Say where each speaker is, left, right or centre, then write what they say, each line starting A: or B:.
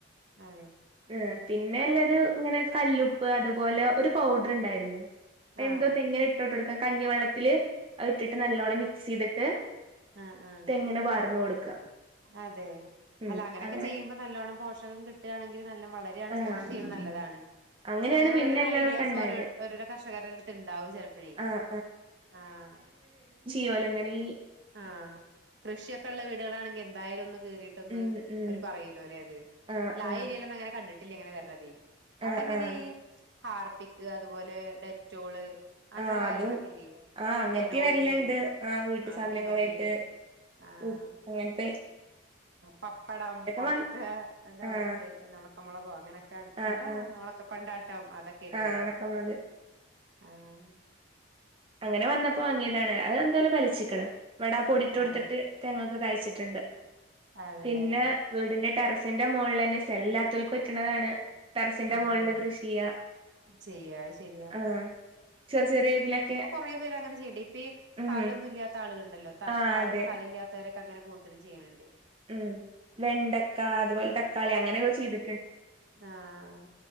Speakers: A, on the right; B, on the right.
A: അതെ
B: ആ പിന്നെല്ലരു
A: ആഹ്
B: ഇങ്ങനെ കൽ ല്ലുപ്പ് അതുപോലെ ഒരു പൗഡറ് ഒണ്ടാരുന്നു
A: ആഹ്
B: എന്തോ തെങ്ങിനെ ട്ടോട്ടടുക്ക കഞ്ഞ വെള്ളത്തില് അത് ഇട്ടിട്ട് നല്ലോണ്ണം മിക്സ് ചെയ്തിട്ട്
A: ആ ആ
B: തെങ്ങിന് പാർന്ന് കൊടുക്ക
A: അതെ
B: ഉം
A: അല്ല അങ്ങനെയൊക്കെ
B: അങ്ങനെ
A: ചെയ്യുമ്പോ നല്ലോണ്ണം പോഷകം കി ട്ടാണെങ്കിൽ നല്ല വളരാണെചെങ്കി
B: ആഹ്
A: അങ്ങനെ ചെയ്യ്ണെ നല്ലതാ താണ്
B: അങ്ങനെയാണ്
A: അല്ല അങ്ങനെ
B: പിന്നെ
A: ഓരോരോ
B: എല്ലാതൊക്കെ
A: ഐഡിയാസ്
B: ഉണ്ടായത്
A: ഓരോ ഓരോരോ കർഷകരുടെ അടുത്ത് ഇണ്ടാവും ചെിലപ്പഴേ
B: ആഹ്
A: ആഹ്
B: യോലങ്ങനീ
A: ആഹ് കൃഷിയൊക്കെ ഉള്ള വീടുകളാണെങ്കിൽ എന്തായാലും ഒന്ന് കേറിട്ടൊന്ന്
B: ഉം ഉം
A: അവര് പറയൂലോ അല്ലെ അത്
B: ആഹ്
A: അ ആ
B: ആഹ്
A: ഏരിയേലൊന്നും അങ്ങനെ കണ്ടി ട്ടില്ലങ്ങനെ വര്ണെതേ അവിടെ
B: ആഹ്
A: എങ്ങനെ
B: ആഹ്
A: ഹാർപ്പി ക് അതുപോലെ ഡെറ്റോള് അങ്ങനെയുള്ള
B: ആഹ് അതും
A: കാര്യങ്ങളൊക്കെ ഇല്ലേ
B: ആഹ് അങ്ങൻത്തെ
A: പെനോയില്
B: വരല്ണ്ട് ആ വീട്ട്
A: ആഹ്
B: സാ സാധനങ്ങളായിട്ട്
A: ഫിനോയില് ആഹ്
B: ഉം അങ്ങൻതെ
A: പപ്പടം ഒണക്ക
B: വ
A: എന്താ
B: ആഹ്
A: ഒണക്ക് എന്താ ഒണക്കമൊളകോ അങ്ങനെയൊക്കെ
B: ആഹ്
A: എന്താ
B: ആഹ്
A: ഒണക്ക കൊണ്ടാട്ടം അതൊക്കെ ആയിട്ട
B: ആഹ്
A: വര്അ
B: ഉണക്കമുളക്
A: ആഹ്
B: അങ്ങനെ വന്നപ്പോ അംഗീക <unintelligible> ന്തായാലും വലിച്ചീക്കണ് വലിച്ചിക്കണം ബടാ പൊടി ഇട്ട് കൊടുത്തിട്ട്
A: അതെ
B: തേങ്ങാ ത് കഴിച്ചിട്ടുണ്ട്
A: അതെല്ലേ
B: പിന്നെ വീടിന്റെ ടെറസിന്റെ മുകളിലന്നെ സ്ഥലം ഇല്ലാത്തവൽക്ക് പറ്റണതാണ് ടെറസിന്റെ
A: ആഹ
B: മുകളില് കൃഷിചെയ്യാ
A: ചെയ്യാ അത് ശരിയാ
B: ആ ചെറിയ ചെറിയ ഇതിലൊക്കെ
A: കുറേ പേര് അങ്ങനെ ചെയ്യണ്ണ്ടെ ഇപ്പ ഈ സ്ഥലൊന്നും
B: ഉം
A: ഇല്ലാത്ത ആളുകള്
B: ആഹ്
A: താഴെ
B: അതെ
A: സ്ഥലമില്ലാത്തവരൊക്ക അങ്ങനെ കൂടുതലും ചെയ്യുണുണ്ടെ
B: ഉം വെണ്ടക്ക അതുപോലെ തക്കാളി അങ്ങനെയൊക്കെ ചെയ്തി
A: ആഹ്